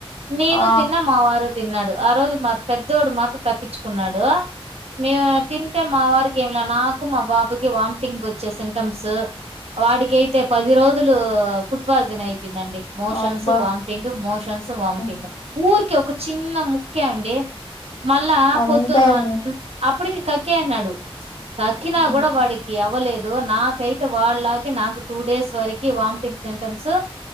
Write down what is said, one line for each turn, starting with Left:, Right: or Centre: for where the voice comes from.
Right: నేను
Left: ఆ
Right: తిన్నా మా వారు తిన్నాడు ఆ రోజు మా పెద్దోడు మాత్రం తప్పించుకున్నాడు మేము తి అయితే మా వారికి ఏమి నాకు మా బాబుకి వామిటింగ్ వచ్చే సిమ్ంటమ్స్ వాడికైతే పది రోజులు ఫుడ్ బాజిన్ అయి అయిందండి మోషన్స్
Left: అబ్బా
Right: వామిటింగ్ మోషన్స్ వామిటింగ్
Left: ఉమ్,
Right: ఊరికి ఒక చిన్న ముక్కే అండి మళ్ళా
Left: అంతే
Right: పొత్తు
Left: అండి
Right: అప్పటికి కేర్నాడు అక్కినా
Left: ఉమ్.
Right: కూడా వాడికి అవ్వలేదు నాకైతే వాళ్ళకి నాకు టూ డేస్ వరకి వామిటింగ్ సిటమ్స్